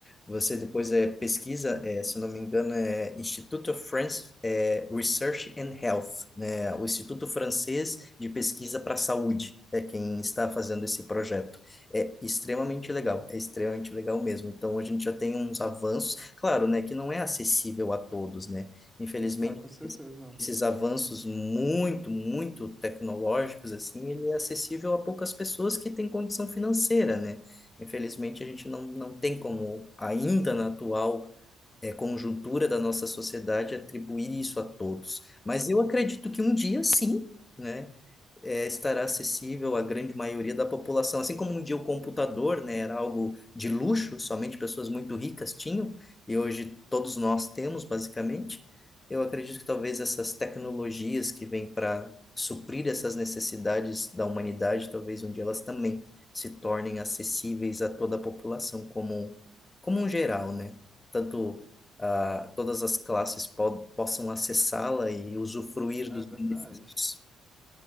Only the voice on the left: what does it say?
Você depois é, pesquisa, é, se eu não me engano, é Institute of France é, Research and Health, né? O Instituto Francês de Pesquisa para a Saúde é quem está fazendo esse projeto. É extremamente legal, é extremamente legal mesmo. Então, a gente já tem uns avanços, claro, né, que não é acessível a todos, né? Infelizmente,
esses avanços muito, muito tecnológicos, assim, ele é acessível a poucas pessoas que têm condição financeira, né? Infelizmente, a gente não, não tem como, ainda na atual é, conjuntura da nossa sociedade atribuir isso a todos. Mas eu acredito que um dia, sim, né, é, estará acessível à grande maioria da população. Assim como um dia o computador, né, era algo de luxo, somente pessoas muito ricas tinham, e hoje todos nós temos, basicamente. Eu acredito que talvez essas tecnologias que vêm para suprir essas necessidades da humanidade, talvez um dia elas também se tornem acessíveis a toda a população como, um, como um geral, né? Tanto ah, todas as classes po possam acessá-la e usufruir
dos
benefícios.